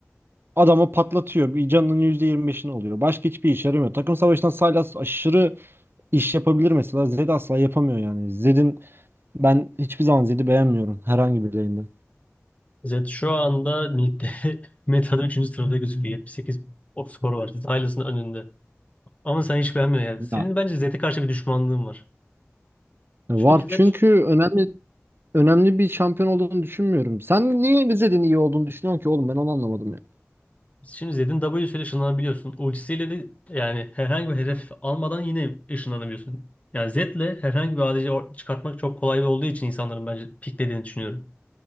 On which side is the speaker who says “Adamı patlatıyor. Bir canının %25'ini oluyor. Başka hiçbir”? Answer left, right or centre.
Right